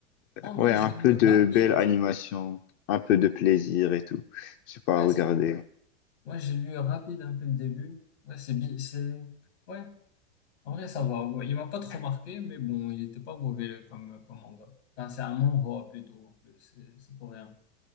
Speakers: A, on the left (about 70°); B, on the left (about 40°).
A: En vrai,
B: Ouais, un
A: je l'ai
B: peu
A: lu
B: de
A: rapide.
B: belle animation, un peu de plaisir et tout. Je sais pas,
A: Ouais,
B: regarder.
A: c'est- ouais, j'ai lu rapide un peu le début. Ouais, c'est bi- c'est ouais. En vrai, ça va. Ouais, Il m'a pas trop marqué, mais bon, il était pas mauvais le- comme comme manga. Enfin, c'est un manhwa plutôt en plus. C'est c'est coréen.